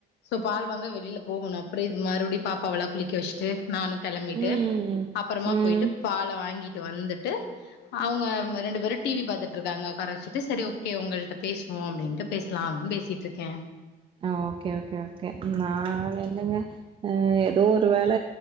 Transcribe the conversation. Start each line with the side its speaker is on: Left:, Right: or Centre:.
Left: சோ பால் வாங்க வெளியில போகணு அப்டி இது மறுபடி பாப்பாவல்லா குளிக்க வச்சுட்டு நானு கெளம்பிட்டு
Right: ம்
Left: அப்பறமா
Right: ம்
Left: போயிட்டு பால வாங்கிட்டு வந்துட் டு அவங்க ரெண்டு பேரு டி வி பாத்துட்டுருங்காக உக்கார வச்சிட்டு செரி ஓகே உங்கள்ட்ட பேசுவோ அப்டின்ட்டு பேசலா அப்டின்னு பேசிட்ருக்கே
Right: ஆ ஓகே ஓகே ஓகே நாள் இல்லங்க ஆ ஏதோ ஒரு வேல